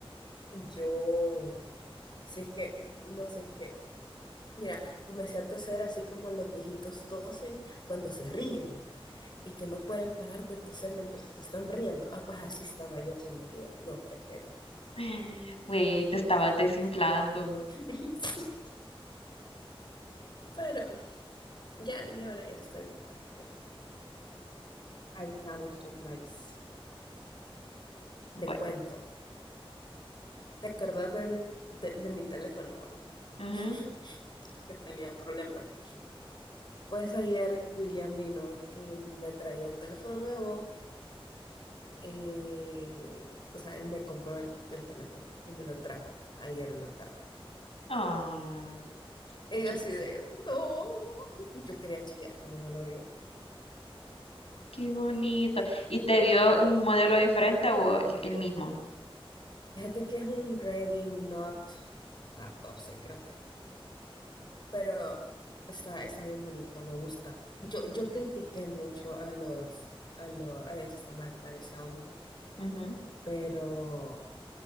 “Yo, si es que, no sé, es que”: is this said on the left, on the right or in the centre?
Left